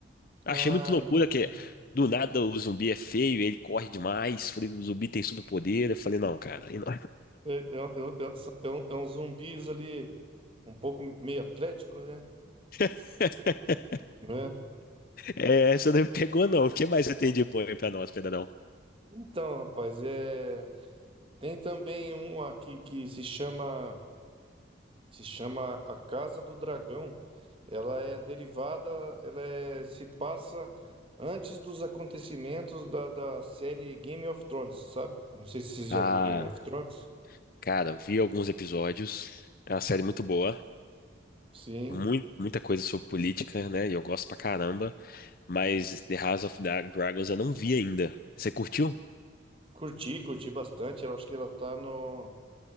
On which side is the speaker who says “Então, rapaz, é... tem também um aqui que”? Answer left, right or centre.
Right